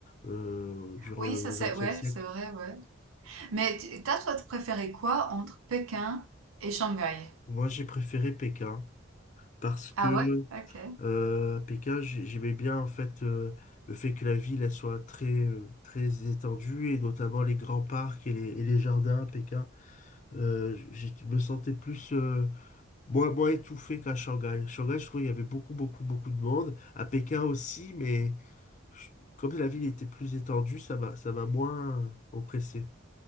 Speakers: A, on the left (about 35°); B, on the right (about 90°).
A: euh, durant
B: Oui,
A: le,
B: ça
A: le
B: c'est
A: XXe
B: ouais,
A: siècle.
B: c'est vrai, ouais. Mais tu tu toi, préféré quoi entre Pékin et Shanghai?
A: Moi, j'ai préféré Pékin parce que
B: Ah ouais? OK,
A: euh, à Pékin, j'ai- j'aimais bien en fait euh, le fait que la ville elle soit très euh, très étendue et notamment les grands parcs et les, et les jardins à Pékin. Euh, j- je me sentais plus euh, moins moins étouffé qu'à Shanghai. À Shanghai, je trouvais il y avait beaucoup beaucoup beaucoup de monde. À Pékin aussi, mais je- comme la ville était plus étendue, ça m'a ça m'a moins oppressé.